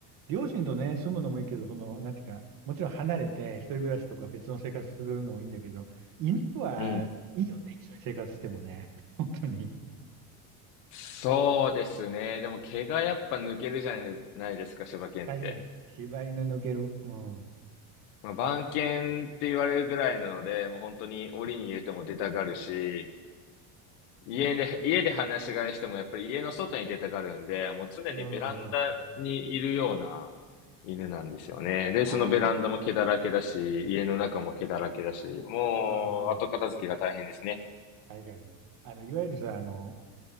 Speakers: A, on the right; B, on the left.
A: 両親とね、住むのもいいけど、その、なんていうか、もちろん離れて、一人暮らしとか別の生活するのもいいんだけど、犬はいいよね、
B: うん。
A: 一緒に生活してもね。<laughs> 本当に。
B: そうですね。でも毛がやっぱ抜けるじゃないですか、柴犬って。
A: 確かに。柴犬抜ける。うん。う
B: まあ、番犬って言われるぐらいなので、もう本当に檻に入れても出たがるし、家で、家で話し飼いしてもやっぱり家の外に出たがるんで、もう常にベランダにいるような
A: んうん。
B: 犬なんですよね。で、
A: ああ、
B: そのベランダも毛だらけだし、家の中も毛だらけだし、もう後片付けが大変ですね。
A: うんうん。確かに。あの、いわゆるさ、あの、